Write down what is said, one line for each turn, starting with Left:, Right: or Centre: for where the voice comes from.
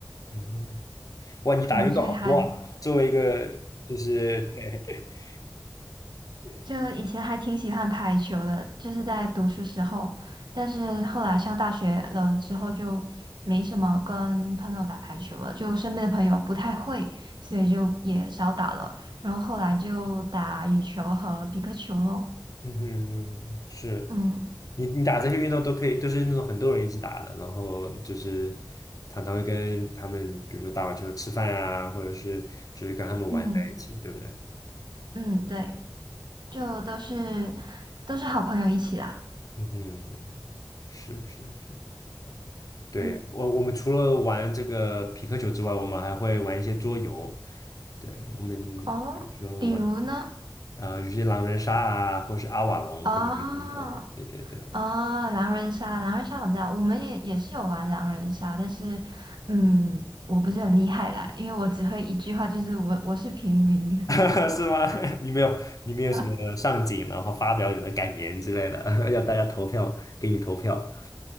Left: 嗯，哇，你打运动好多啊！
Right: 嗯，所以还 <laughs>。
Left: 作为一个就是，<laughs> 对，
Right: 就以前还挺喜欢排球的，就是在读书时候，但是后来上大学了之后就没什么跟朋友打排球了，就身边的朋友不太会，所以就也少打了。然后后来就打羽球和皮克球喽。
Left: 嗯哼嗯，是
Right: 嗯
Left: 你你打这些运动都可以，都是那种很多人一起打的，然后就是常常会跟他们，比如说打完球吃饭啊，或者是就是跟他们玩在一起，
Right: 嗯
Left: 对不对？
Right: 嗯，对，就都是都是好朋友一起啦。
Left: 嗯哼，是是是。对，
Right: 嗯
Left: 我我们除了玩这个皮克球之外，我们还会玩一些桌游。对，我们比如说玩
Right: 哦，比如呢？
Left: 呃有些狼人杀啊，或者是阿瓦隆，
Right: 哦。
Left: 我不知道你有没有听过？对对对，
Right: 啊，狼人杀，狼人杀我知道，我们也也是有玩狼人杀，但是，嗯，我不是很厉害啦，因为我只会一句话，就是我我是平民，
Left: <laughs> 是吗？<laughs> 你没有，你没有什么上镜，
Right: <laughs>
Left: 然后发表你的感言之类的，<laughs> 要大家投票，给你投票